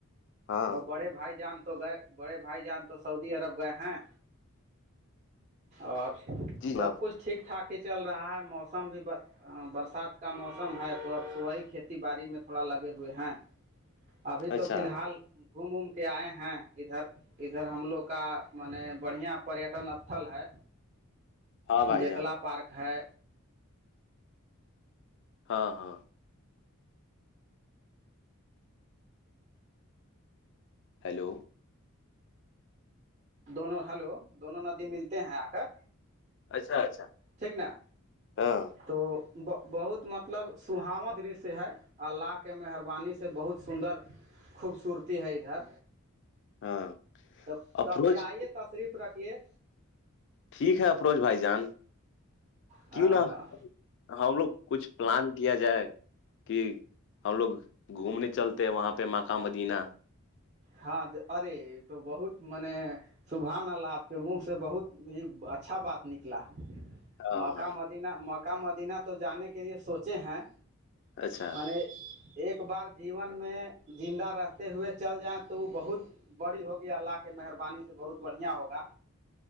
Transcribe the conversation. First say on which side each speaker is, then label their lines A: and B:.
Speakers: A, on the left; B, on the right.
A: ہاں
B: اور بڑے بھائی جان تو گئے بڑے بھائی جان تو سعودی عرب گئے ہیں اور
A: جی جناب
B: سب کچھ ٹھیک ٹھاک ہی چل رہا ہے موسم بھی ب ہاں برسات کا موسم ہے تو اب صبحی کھیتی باڑی میں تھوڑا لگے ہوئے ہیں ابھی تو
A: اچھا
B: فی الحال گھوم اوم کے آئے ہیں ادھر ادھر ہم لوگ کا م بڑھیا پریٹن استھل ہے
A: ہاں بھائی
B: بیتلا
A: جان
B: پارک ہے
A: ہاں ہاں ہیلو
B: دونوں ہیلو دونوں ندی ملتے ہیں آ کر
A: اچھا اچھا
B: ٹھیک نا
A: ہاں
B: تو بہت مطلب سہو د رش ہے اللہ کے مہربانی سے بہت سندر خوبصورتی ہے ادھر
A: ہاں
B: تو کبھی
A: افروج
B: آئیے تشریف رکھیے
A: ٹھیک ہے افروج بھائی جان
B: ہاں
A: کیوں نہ
B: ہاں
A: ہم لوگ کچھ پلان کیا جائے کہ ہم لوگ گھومنے چلتے ہیں وہاں پہ ماکہ مدینہ
B: ہاں ارے تو بہت م نے شبحان آلا آپ کے منہ سے بہت ہی اچھا بات نکلا
A: ہاں
B: مکہ
A: ہاں
B: مدینہ مکہ مدینہ تو جانے کے لیے سوچے ہیں
A: اچھا
B: میں ایک بار جیون میں زندہ رہتے ہوئے چل جائیں تو وہ بہت بڑی ہوگی اللہ کے مہربانی سے بہت بڑھیا ہوگا